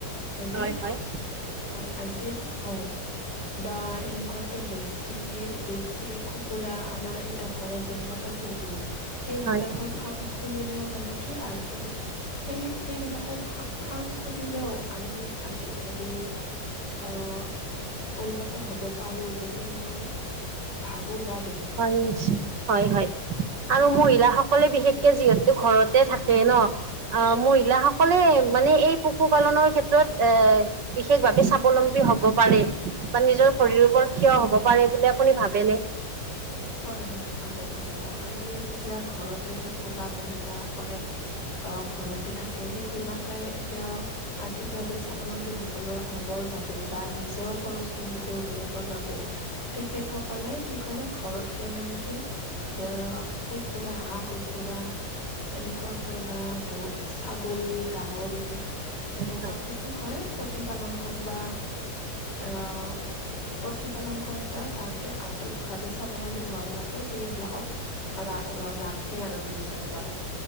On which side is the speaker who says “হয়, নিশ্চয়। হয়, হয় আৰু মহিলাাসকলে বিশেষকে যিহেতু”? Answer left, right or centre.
Right